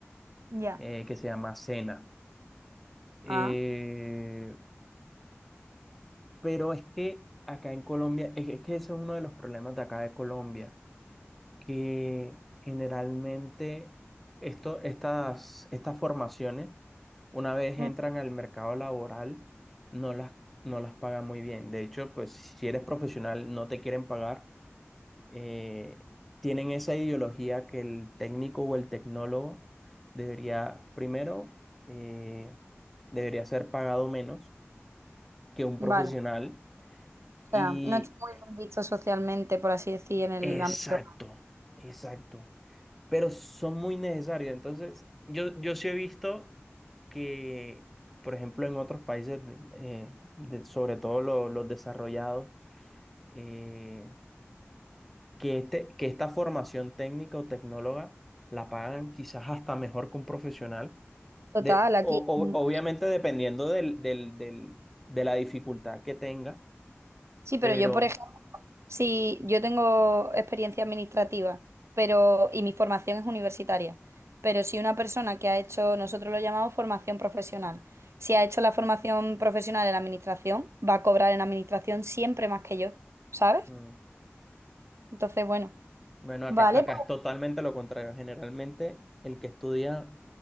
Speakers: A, on the right; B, in the centre.
A: Ya.
B: eh, que se llama SENA. Eh,
A: Ah,
B: pero es que acá en Colombia, es, es que ese es uno de los problemas de acá de Colombia, que generalmente esto, estas, estas formaciones, una vez
A: Mm.
B: entran al mercado laboral, no las, no las pagan muy bien. De hecho, pues si eres profesional, no te quieren pagar eh, tienen esa ideología que el técnico o el tecnólogo debería, primero, eh, debería ser pagado menos que un
A: vale.
B: profesional.
A: O
B: Y
A: sea, no está muy bien visto socialmente, por así decir,
B: eh,
A: en el
B: exacto,
A: ámbito
B: exacto. Pero son muy necesarios. Entonces, yo, yo sí he visto que, por ejemplo, en otros países, eh, de- sobre todo lo- los desarrollados, eh, que, este, que esta formación técnica o tecnóloga la pagan quizás hasta mejor que un profesional,
A: total
B: de,
A: aquí.
B: o- o-
A: en-
B: obviamente dependiendo del, del, del- de la dificultad que tenga,
A: Sí, pero
B: pero
A: yo, por ejemplo, sí, yo tengo experiencia administrativa, pero y mi formación es universitaria. Pero si una persona que ha hecho, nosotros lo llamamos formación profesional, si ha hecho la formación profesional en administración, va a cobrar en administración siempre más que yo, ¿sabes?
B: mm,
A: Entonces, bueno,
B: bueno, acá,
A: vale,
B: acá es totalmente lo contrario. Generalmente el que estudia